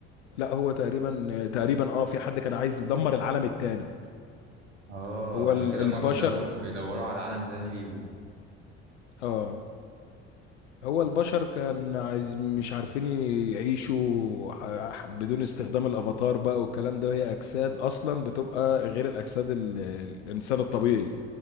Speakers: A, on the left; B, on the right.
A: لا هو تقريبا آه، تقريبا اه في حد كان عايز يدمر العالم التاني
B: اه
A: هو
B: عشان
A: ال-
B: كده
A: البشر
B: هما بيدور بيدوروا على عالم زي ليهم
A: اه هو البشر كان عايز مش عارفين يعيشوا ح- ح- بدون استخدام الافاتار بقى والكلام ده وهي اجساد اصلا بتبقى غير الاجساد ال- الانسان الطبيعي